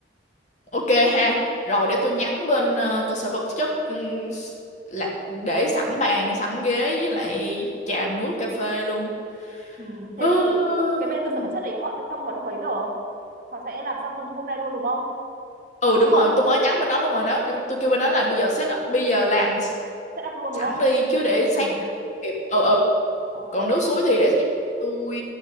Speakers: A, on the left (about 35°); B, on the right (about 45°).
A: ok ha rồi để tôi nhắn bên ờ, cơ sở vật chất ừm, s- là- để sẵn bàn sẵn ghế với lại trà nước cà phê luôn
B: ừ, thế
A: <sighs>
B: thì cái bên cơ sở vật chất đấy họ sẽ xong vào lúc mấy giờ họ sẽ làm xong hôm nay luôn đúng không
A: ừ đúng rồi tôi mới nhắn bên đó luôn rồi đó tôi kêu bên đó là bây giờ set up- bây giờ làm
B: set up luôn
A: sẵn
B: đúng không
A: đi chứ để
B: ừ,
A: sáng
B: ừ.
A: kịp ừ ừ
B: ok
A: còn nước suối thì để sáng tôi